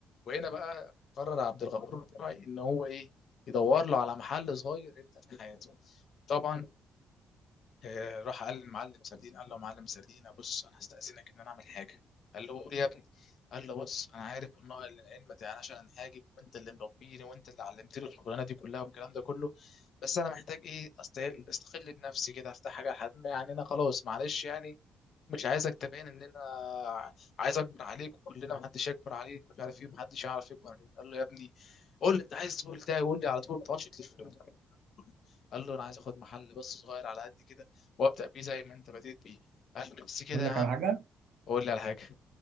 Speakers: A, on the left; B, on the right.
A: وهنا بقى قرر عبد الغفور البرعي ان هو ايه يدور له على محل صغير يبدا في حياته طبعا آه، راح قال للمعلم سردين قال له معلم سردين بص انا هستأذنك ان انا اعمل حاجه قال له قول يا ابني قال له بص انا عارف ان العلم ما تعناش عن حاجه وانت اللي مربيني وانت اللي علمتني الشغلانه دي كلها والكلام ده كله بس انا محتاج ايه استقل استقل بنفسي كده افتح حاجه لحد ما يعني انا خلاص معلش يعني مش عايزك تبين ان انا عايز اكبر عليك وكلنا محدش يكبر عليك مش عارف ايه محدش يعرف يكبر عليك قال له يا ابني قول لي انت عايز تقول ده قول لي على طول ما تقعدش تلف لي وتعمل الكلام كله. قال له انا عايز اخد محل بس صغير على قد كده وابدا بيه زي ما انت بديت بيه قال له بس كده
B: اقول
A: يا
B: لك
A: عم
B: على حاجه
A: قول لي على حاجه